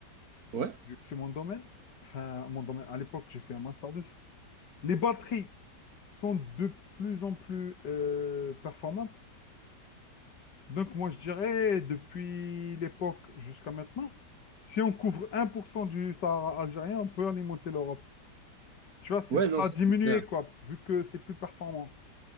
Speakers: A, on the right; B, on the left.
A: ouais,
B: vu que c'est mon domaine. Enfin, mon domaine, à l'époque, j'ai fait un master 2 Les batteries sont de plus en plus euh, performantes. Donc moi, je dirais, depuis l'époque jusqu'à maintenant, si on couvre 1% du Sahara algérien, on peut alimenter l'Europe. Tu vois, c'est,
A: ouais
B: ça
A: non,
B: a
A: ça,
B: diminué,
A: c'est clair.
B: quoi, vu que c'est plus performant.